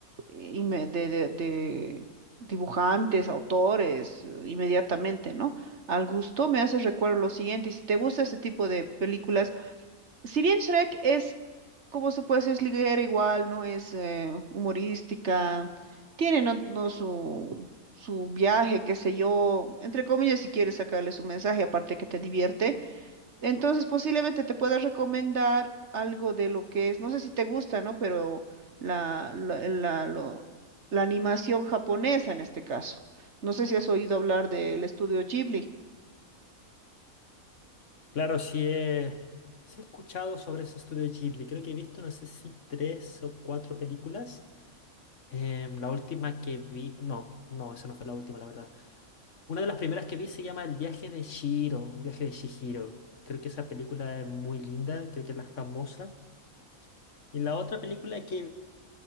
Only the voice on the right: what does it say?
eh, y me- de, de, de dibujantes, autores, eh, inmediatamente, ¿no? Al gusto me hace recuerdo lo siguiente, y si te gusta ese tipo de películas, si bien Shrek es, como se puede decir, es liguera igual, no es eh, humorística, tiene no, no su, su viaje, qué sé yo, entre comillas, si quieres sacarle su mensaje, aparte que te divierte, entonces posiblemente te pueda recomendar algo de lo que es, no sé si te gusta, ¿no? Pero la, la, la, lo- la animación japonesa en este caso. No sé si has oído hablar del estudio Ghibli.